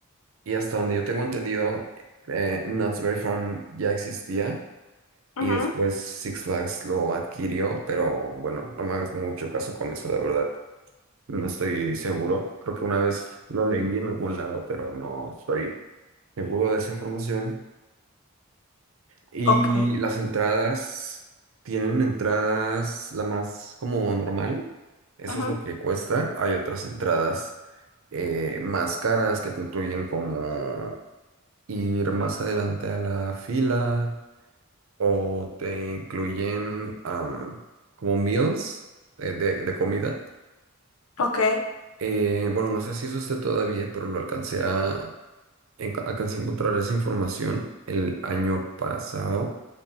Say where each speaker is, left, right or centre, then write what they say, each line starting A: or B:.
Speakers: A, on the right; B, on the left.
A: Y hasta donde yo tengo entendido, eh, Knott's Berry Farm ya existía
B: Ujú,
A: y después Six Flags lo adquirió, pero bueno, no me hagas mucho caso con eso, la verdad. No estoy seguro. Creo que una vez lo leí en algún lado, pero no estoy seguro de esa información. Y
B: Ok.
A: las entradas tienen entradas la más como normal. Eso
B: ujú.
A: es lo que cuesta. Hay otras entradas eh, más caras que te incluyen como ir más adelante a la fila o te incluyen am, como meals eh, de de comida.
B: Ok,
A: Eh, bueno, no sé si eso esté todavía, pero lo alcancé a, enca- alcancé a encontrar esa información el año pasado.